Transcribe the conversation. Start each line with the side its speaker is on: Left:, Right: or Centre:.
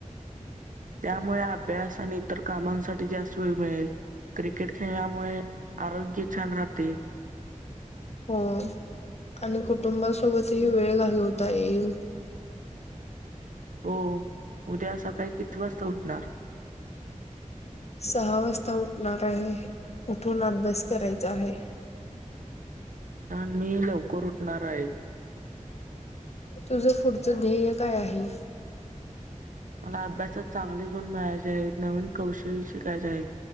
Right: त्यामुळे अभ्यास आणि इतर कामांसाठी जास्त वेळ मिळेल. क्रिकेट खेळल्यामुळे आरोग्य छान राहते.
Left: हो आणि कुटुंबासोबतही वेळ घालवता येईल.
Right: हो उद्या सकाळी किती वाजता उठणार
Left: सहा वाजता उठणार आहे, उठून अभ्यास करायचा आहे.
Right: छान मी लवकर उठणार आहे.
Left: तुझ पुढचं ध्येय काय आहे?
Right: मला अभ्यासात चांगले गुण मिळायचे आहेत नवीन कौशल शिकायचे आहे,